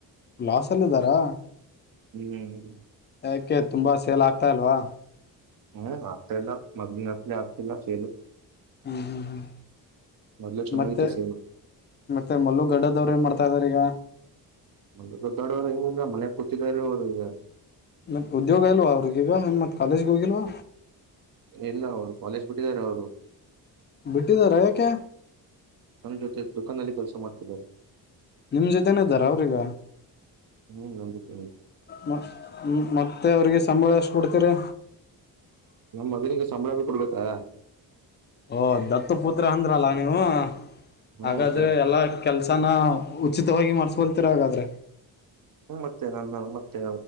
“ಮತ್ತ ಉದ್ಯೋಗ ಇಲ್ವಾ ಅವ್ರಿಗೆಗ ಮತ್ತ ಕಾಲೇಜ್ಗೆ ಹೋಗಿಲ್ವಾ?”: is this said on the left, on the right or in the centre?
Left